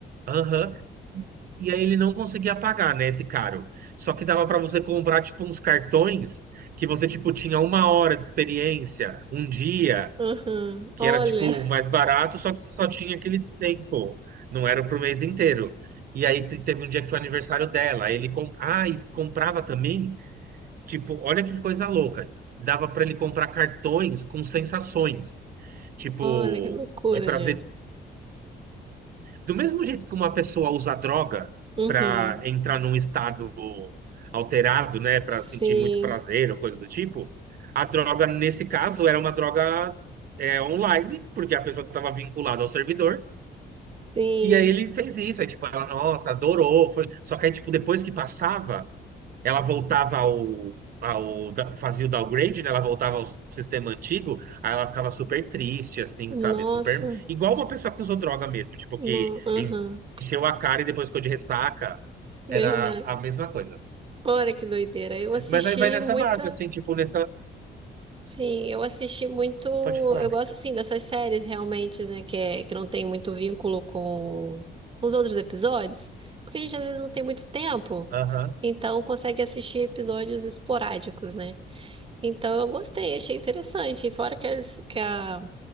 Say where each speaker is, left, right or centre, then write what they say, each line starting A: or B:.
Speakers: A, on the right; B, on the right.
A: Aham. E aí ele não conseguia pagar, né, esse caro. Só que dava para você comprar, tipo, uns cartões que você, tipo, tinha uma hora de experiência, um dia.
B: Uhum.
A: que
B: Olha,
A: era tipo mais barato, só que só tinha aquele tempo, não era pro mês inteiro. E aí te- teve um dia que foi aniversário dela, aí ele com... ah, e comprava também, tipo, olha que coisa louca, dava para ele comprar cartões com sensações, tipo,
B: olha que loucura,
A: de prazer
B: gente.
A: do mesmo jeito que uma pessoa usa droga
B: Uhum.
A: para entrar num estado alterado, né, para sentir
B: Sim,
A: muito prazer ou coisa do tipo, a droga nesse caso era uma droga é, online, porque a pessoa estava vinculada ao servidor.
B: sim.
A: E aí ele fez isso, aí tipo, ela, nossa, adorou, foi... Só que aí, tipo, depois que passava, ela voltava ao, ao da- fazia o downgrade, né? Ela voltava ao sistema antigo, aí ela ficava super triste, assim,
B: Nossa,
A: sabe? Super igual uma pessoa que usou droga mesmo, tipo
B: não,
A: que
B: aham.
A: encheu a cara e depois ficou de ressaca,
B: Verdade.
A: era a mesma coisa.
B: Olha que doideira. Eu assisti
A: Mas aí vai nessa
B: muita.
A: base, assim, tipo nessa,
B: Sim, eu assisti muito.
A: pode falar.
B: Eu
A: amigo.
B: gosto assim dessas séries realmente, né? Que, é, que não tem muito vínculo com, com os outros episódios, porque a gente às vezes não tem muito tempo,
A: Aham.
B: então consegue assistir episódios esporádicos, né? Então eu gostei, achei interessante. E fora que, as, que a,